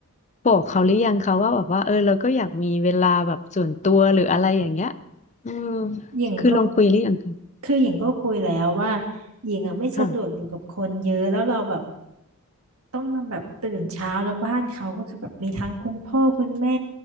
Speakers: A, on the left; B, on the right.
A: บอกเขาหรือยังคะว่าแบบว่าเออเราก็อยากมีเวลาแบบส่วนตัวหรืออะไรอย่างเงี้ยอืม
B: หญิงก็
A: คือลองคุยหรือยังคะ
B: คือหญิงก็คุยแล้วว่าหญิงอ่ะไม่สะดวกอยู่กับคนเยอะแล้วเราแบบ
A: ค่ะ
B: ต้องมาแบบตื่นเช้าแล้วบ้านเขาก็คือแบบมีทั้งคุณพ่อคุณแม่